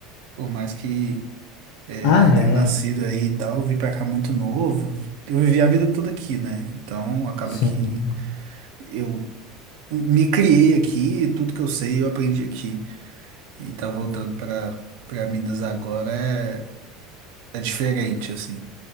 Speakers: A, on the right; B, on the left.
A: por mais que é,
B: Ah, é,
A: eu tenha nascido
B: é.
A: aí e tal, eu vim pra cá muito novo. Eu vivi a vida toda aqui, né? Então acaba
B: Sim.
A: que eu me criei aqui, e tudo que eu sei eu aprendi aqui. E tá voltando pra, pra Minas agora é, é diferente, assim.